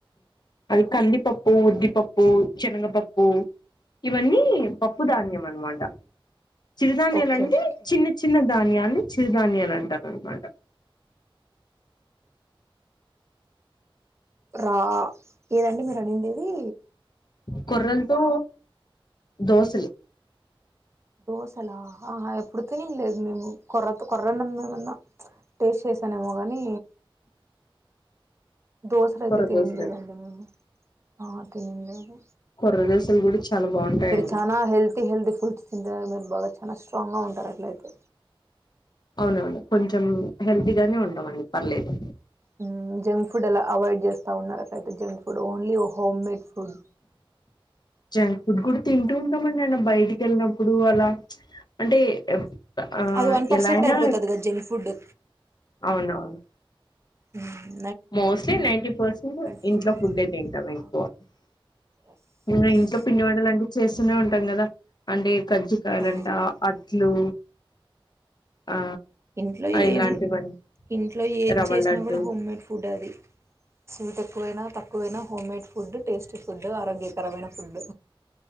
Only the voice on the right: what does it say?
ఓకే ఓకే
రా ఎదండీ మిరడిండిదీ
దోశలా హ హ ఎప్పుడు తినిందిలేదు మేము కొర్రతో కొర్రనం మేమన్నా టేస్ట్ చేసానేేమో కానీ దోశలు అయితే
తినింది
లేదండి మేము ఆ తిన్లెదు
చాలా హెల్తీ హెల్తీ ఫుడ్స్ తింటారు మీరు బాగా చాలా స్ట్రాంగ్గా ఉంటారు అట్లయితే
మ్మ్ జంక్ ఫుడ్ అలా అవాయిడ్ చేస్తా ఉన్నార్ అట్లయితే junk food only home made food
అది వన్ పర్సెంట్
అయిపోతది కదా జంక్ ఫుడ్
మ్మ్
ఫుడ్
ఆ
ఎస్ ఎస్
ఆ
ఇంట్లో
ఏం ఇంట్లో ఏది
చేసినా
కూడా హోం మేడ్ ఫుడ్ అది స్వీట్ ఎక్కువైనా తక్కువైనా home made food tasty food ఆరోగ్యకరమైన ఫుడ్